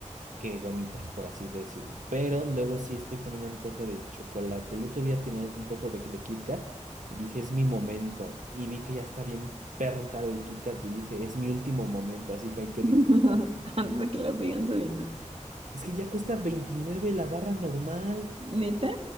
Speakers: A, on the right; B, on the right.
A: que gomitas, por así decirlo. Pero luego sí estoy con un antojo de chocolate. El otro día tenía un antojo de, de Kit Kat y dije, es mi momento. Y vi que ya está bien perro caro el Kit Kat y dije, es mi último momento, así que hay que
B: <laughs>
A: disfrutarlo.
B: Antes de que lo sigan subiendo.
A: Es que ya cuesta 29 la barra normal.
B: ¿Neta?